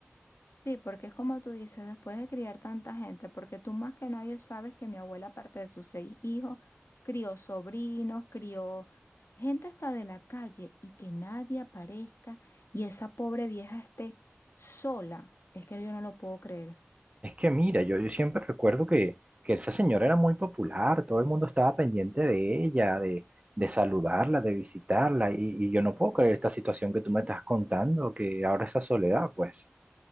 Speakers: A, on the left (about 70°); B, on the right (about 30°).
A: Sí, porque es como tú dices, después de criar tanta gente, porque tú más que nadie sabes que mi abuela, aparte de sus seis hijos, crió sobrinos, crió gente hasta de la calle y que nadie aparezca y esa pobre vieja esté sola. Es que yo no lo puedo creer.
B: Es que mira, yo, yo siempre recuerdo que, que esa señora era muy popular, todo el mundo estaba pendiente de ella, de, de saludarla, de visitarla, y, y yo no puedo creer esta situación que tú me estás contando, que ahora esa soledad, pues.